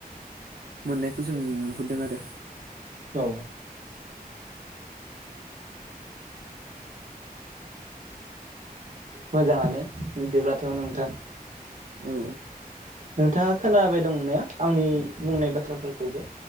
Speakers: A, on the right (about 80°); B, on the right (about 55°).
A: मोननायखौ जों नुहुरदों आरो
B: औ मोजाङानो बिदिब्लाथ' नोंथां।
A: औ
B: नोंथाङा खोनाबाय दं ना आंनि बुंनाय बाथ्राफोरखौबो?